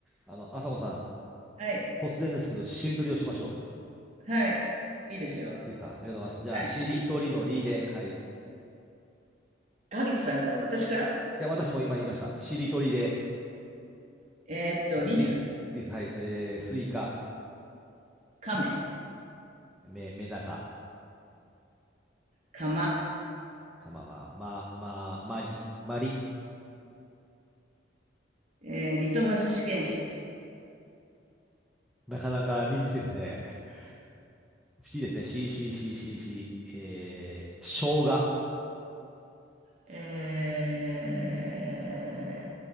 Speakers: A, in the centre; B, on the right.
A: あの、朝子さん、
B: はい。
A: 突然ですけど、しりとりをしましょ
B: はい。いいですよ。
A: う。いいですかありがとうございます。じゃあ、
B: はい。
A: しりとりのりで、はい。い
B: 萩田さんから、私から
A: や、私も今言いました。しりとりで、
B: えーっと、
A: ですか、
B: リス、
A: りです。りです。はい。えー、スイカ、
B: カメ、
A: メ、メダカ、
B: カマ、
A: カママ、ま、ま、マリ、マリ。
B: えーリトマス試験紙、
A: なかなかニッチですね。<laughs> しですね。し、し、し、し、し、えー、生姜。
B: え